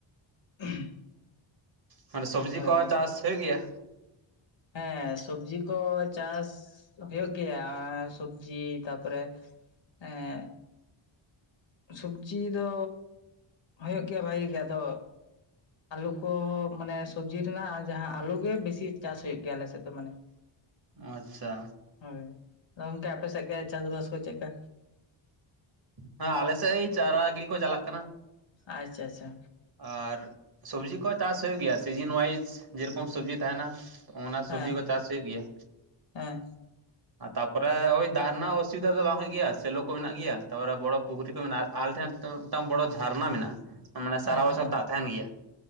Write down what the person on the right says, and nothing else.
ᱢᱟᱱᱮ ᱥᱚᱵᱽᱡᱤ
ᱠᱚ ᱪᱟᱥ ᱦᱩᱭᱩᱜ ᱜᱮᱭᱟ
ᱚ ᱟᱪᱪᱷᱟ
ᱦᱮᱸ ᱟᱞᱮ ᱥᱮᱫ ᱳᱭ ᱪᱟᱨᱟ ᱜᱤᱨᱤ ᱠᱚ ᱪᱟᱞᱟᱜ ᱠᱟᱱᱟ
ᱟᱨ ᱥᱚᱵᱡᱤ ᱠᱚᱦᱚᱸ ᱪᱟᱥ ᱦᱩᱭᱩᱜ ᱜᱮᱭᱟ ᱥᱤᱡᱤᱱ ᱳᱣᱟᱭᱤᱡ ᱡᱮᱨᱚᱠᱚᱢ ᱥᱚᱵᱡᱤ ᱛᱟᱦᱮᱱᱟ ᱚᱱᱟ
ᱥᱚᱵᱡᱤ ᱠᱚ ᱪᱟᱥ ᱦᱩᱭᱩᱜ ᱜᱮᱭᱟ
ᱟᱨ ᱛᱟᱯᱚᱨᱮ ᱳᱭ ᱫᱟᱜ ᱨᱮᱱᱟᱜ ᱚᱥᱩᱵᱤᱫᱟ ᱫᱚ ᱵᱟᱝ ᱦᱩᱭᱩᱜ ᱜᱮᱭᱟ ᱥᱮᱞᱚ ᱠᱚ ᱢᱮᱱᱟᱜ ᱜᱮᱭᱟ ᱛᱟᱯᱚᱨᱮ ᱵᱚᱲᱚ ᱯᱩᱠᱷᱨᱤ ᱠᱚ ᱢᱮᱱᱟᱜᱼᱟ ᱟᱞᱮ ᱴᱷᱮᱱ ᱛᱚ ᱢᱤᱫᱴᱟᱝ ᱵᱚᱲᱚ ᱡᱷᱟᱨᱱᱟ ᱢᱮᱱᱟᱜᱼᱟ ᱢᱟᱱᱮ ᱥᱟᱨᱟ
ᱵᱚᱪᱷᱚᱨ ᱫᱟᱜ ᱛᱟᱦᱮᱱ ᱜᱮᱭᱟ